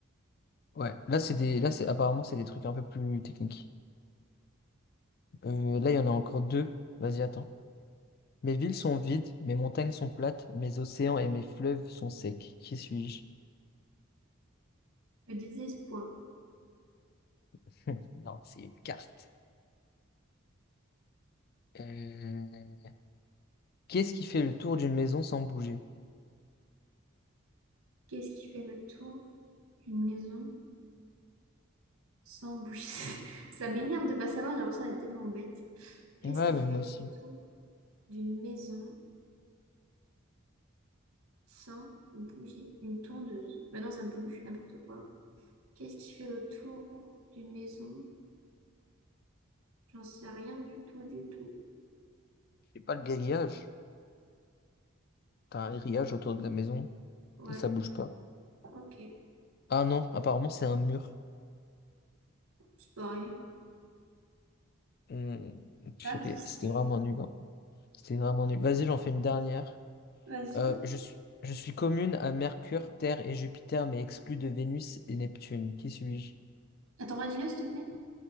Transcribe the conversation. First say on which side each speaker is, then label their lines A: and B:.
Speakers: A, on the left (about 45°); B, on the right (about 80°).
A: Ouais. Là, c'est des, là, c'est, apparemment, c'est des trucs un peu plus techniques. Euh, là, il y en a encore deux. Vas-y, attends. Mes villes sont vides, mes montagnes sont plates, mes océans et mes fleuves sont secs. Qui suis-je?
B: Le désespoir.
A: <laughs> Non, c'est une carte. Euh, Qu'est-ce qui fait le tour d'une maison sans bouger?
B: Qu'est-ce qui fait le tour d'une maison? Sans bruit. <laughs> Ça m'énerve de pas savoir, j'ai l'impression d'être tellement bête. Qu'est-ce
A: Ouais,
B: qui
A: mais
B: fait
A: moi aussi.
B: le tour d'une maison sans bouger? Une tondeuse. Ben non, ça bouge, n'importe quoi. Qu'est-ce qui fait le tour d'une maison? J'en sais rien du tout, du tout.
A: C'est pas le grillage. T'as un grillage autour de la maison
B: Ouais,
A: et ça bouge pas.
B: ok.
A: Ah non, apparemment c'est un mur.
B: C'est pareil.
A: Hmm, purée,
B: Pas de C.
A: c'était vraiment nul. hein. C'était vraiment nul. Vas-y, j'en fais une dernière.
B: Vas-y.
A: Euh, je suis, je suis commune à Mercure, Terre et Jupiter, mais exclue de Vénus et Neptune. Qui suis-je?
B: Attends, redis-le, s'il te plaît.